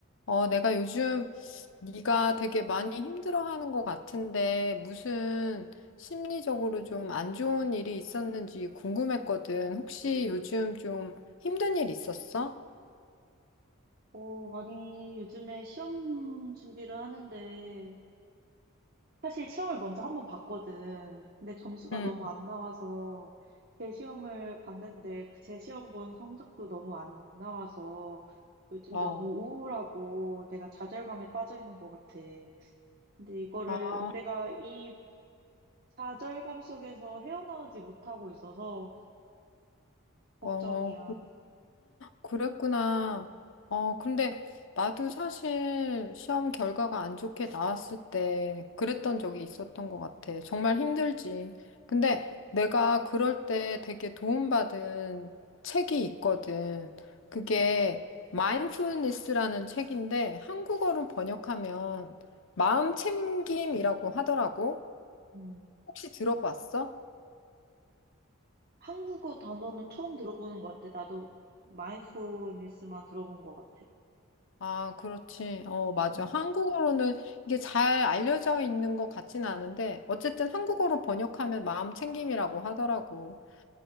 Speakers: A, on the left; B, on the right.
A: 어, 내가 요즘 네가 되게 많이 힘들어하는 것 같은데 무슨 심리적으로 좀 안 좋은 일이 있었는지 궁금했거든. 혹시 요즘 좀 힘든 일 있었어?
B: 어, 아니, 요즘에 시험 준비를 하는데, 사실 시험을 먼저 한번 봤거든. 근데 점수가
A: 응.
B: 너무 안 나와서, 제 시험을 봤는데, 그제 시험 본 성적도 너무 안 나와서, 요즘
A: 어.
B: 너무 우울하고, 내가 좌절감에 빠져 있는 것 같아. 근데 이거를,
A: 아,
B: 내가 이 좌절감 속에서 헤어나오지 못하고 있어서, 걱정이야.
A: 어, 그랬구나. 어, 근데 나도 사실 시험 결과가 안 좋게 나왔을 때 그랬던 적이 있었던 것 같아. 정말 힘들지. 근데 내가 그럴 때 되게 도움받은 책이 있거든. 그게 Mindfulness라는 책인데 한국어로 번역하면 마음챙김이라고 하더라고.
B: 음.
A: 혹시 들어봤어?
B: 한국어 단어는 처음 들어보는 것 같아. 나도 마이드풀니스만 들어본 것 같아.
A: 아, 그렇지. 어, 맞아.
B: 음,
A: 한국어로는 이게 잘 알려져 있는 것 같진 않은데, 어쨌든 한국어로 번역하면 마음 챙김이라고 하더라고.